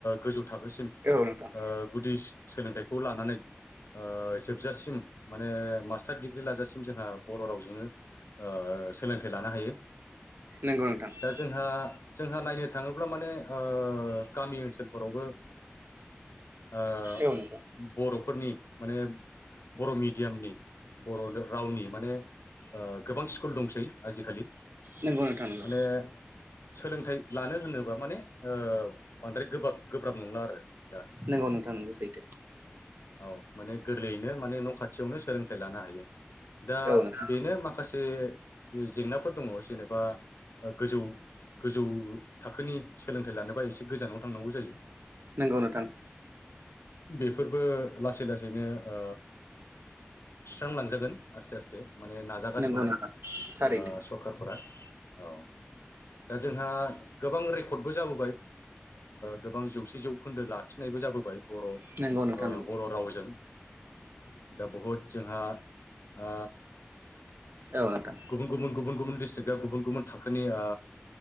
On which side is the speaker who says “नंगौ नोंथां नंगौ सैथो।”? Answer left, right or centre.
Right